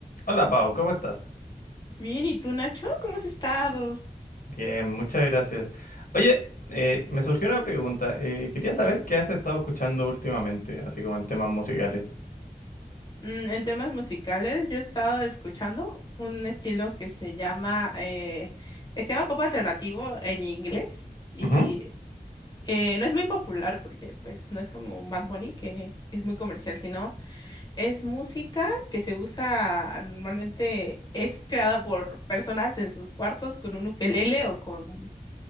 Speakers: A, on the left; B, on the left.
A: Hola Pau, ¿cómo estás?
B: Bien, ¿y tú, Nacho? ¿Cómo has estado?
A: Bien, muchas gracias. Oye, eh, me surgió una pregunta. eh, quería saber qué has estado escuchando últimamente, así como en temas musicales.
B: Mm, en temas musicales, yo he estado escuchando un estilo que se llama, eh, que se llama pop alternativo en inglés y
A: Ujú,
B: eh, no es muy popular porque pues no es como un Bad Bunny que es muy comercial, sino es música que se usa normalmente, es creada por personas en sus cuartos con un ukelele o con